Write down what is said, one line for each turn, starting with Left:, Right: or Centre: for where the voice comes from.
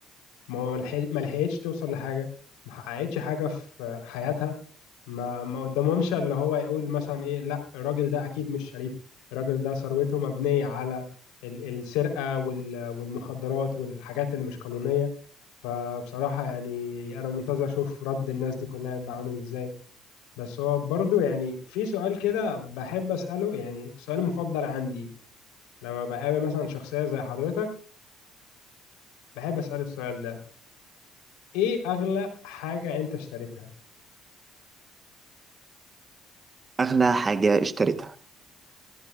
Left: ما هو ملحق- ما لحقتش توصل لحاجة ما حققتش حاجة في حياتها ما ما قدامهمش اللي هو يقول مثلا ايه لا الراجل ده اكيد مش شريف الراجل ده ثروته مبنية على ال- السرقة وال- والمخدرات والحاجات اللي مش قانونية فبصراحة يعني انا منتظر اشوف رد الناس دي كلها يبقى عامل ازاي بس هو برضو يعني في سؤال كده بحب اسأله يعني سؤال مفضل عندي لما بقابل مثلا شخصية زي حضرتك بحب اسأله السؤال ده ايه اغلى حاجة انت اشتريتها
Right: اغلى حاجه اشتريتها